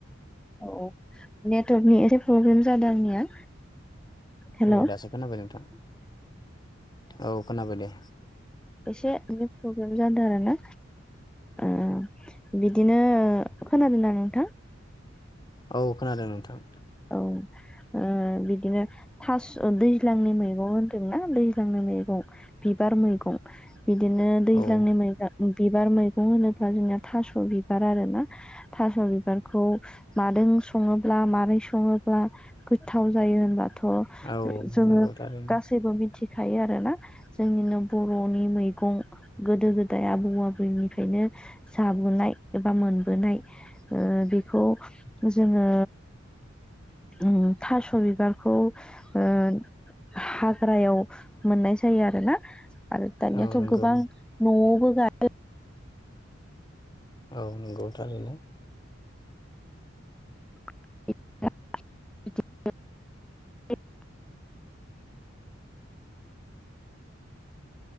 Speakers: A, in the centre; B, on the left (about 20°).
A: औ टर्कनि एसे प्रब्लेम जादों आंनिया। हेलौ
B: औ दासो खोनाबाय नोंथां औ खोनाबाय दे।
A: एसे नेट प्रब्लेम जादों आरो ना। ओ बिदिनो ओ खोनादोंना नोंथां?
B: औ खोनादों नोंथां।
A: औ ओ बिदिनो थास' दैज्लांनि मैगं होनदोंना दैज्लांनि मैगं। बिबार मैगं बिदिनो दैज्लांनि
B: औ
A: मैगो उम बिबार मैगं होनोब्ला जोंना थास' बिबार आरो ना थास' बिबारखौ मादों सङोब्ला मारै सङोब्ला गोथाव जायो होनबा‌ थ
B: औ
A: जोङो
B: नंगौ थारैनो
A: गासैबो मिथ थिखायो आरो ना जोंनिनो बर'नि मैगं गोदो गोदाय आबौ आबौनिफ्रायनो नो जाबोनाय एबा मोनबोनाय ओ बेखौ जोङो
B: <inaudible>
A: उम‌ थासास' बिबारखौ ओ हाग्रायाव मोननाय जायो आरो ना। आरो दानियाथ'
B: औ नंगौ
A: गोबां न'आवबो गा <unintelligible>
B: औ नंगौ थारैनो।
A: <inaudible>
B: <inaudible>